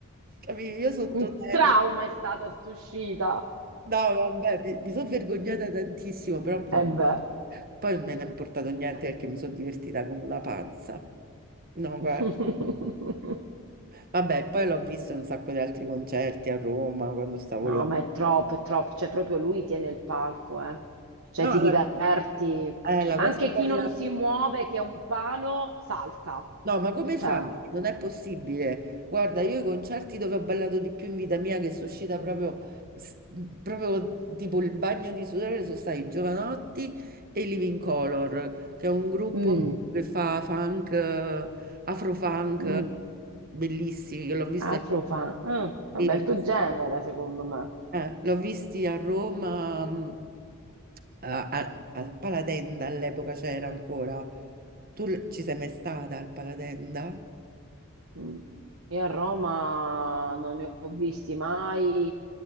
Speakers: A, on the right; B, on the right.
A: capito? Io sottoterra.
B: Un trauma è stata st'uscita.
A: No, vabbè, mi, mi sono vergognata tantissimo, però mm,
B: E beh.
A: poi non me ne è importato niente perché mi sono divertita come una pazza. No, guarda.
B: <laughs>
A: Vabbè, poi l'ho visto in un sacco di altri concerti a Roma quando stavo
B: No,
A: là.
B: ma è troppo, è troppo. Cioè, proprio lui tiene il palco, eh. Cioè,
A: No,
B: ti diverti.
A: la, eh, la
B: Anche
A: cosa
B: chi
A: bella.
B: non si muove, che è un palo, salta.
A: No, ma come
B: Cioè,
A: fai? Non è possibile. Guarda, io i concerti dove ho ballato di più in vita mia, che sono uscita proprio, s- proprio tipo il bagno di sudore, sono stati i Giovanotti e i Living Color, che è un gruppo
B: mm,
A: che fa funk, eh, afro-funk,
B: mm.
A: bellissimi, che l'ho vista,
B: Afrofunk. Mm, vabbè,
A: sì, l'ho
B: il tuo
A: visti
B: genere, secondo me.
A: eh, l'ho visti a Roma, mh, a- a- al Palatenda all'epoca c'era ancora. Tu l- ci sei mai stata al Palatenda?
B: Mm. Io a Roma non ne ho visti mai.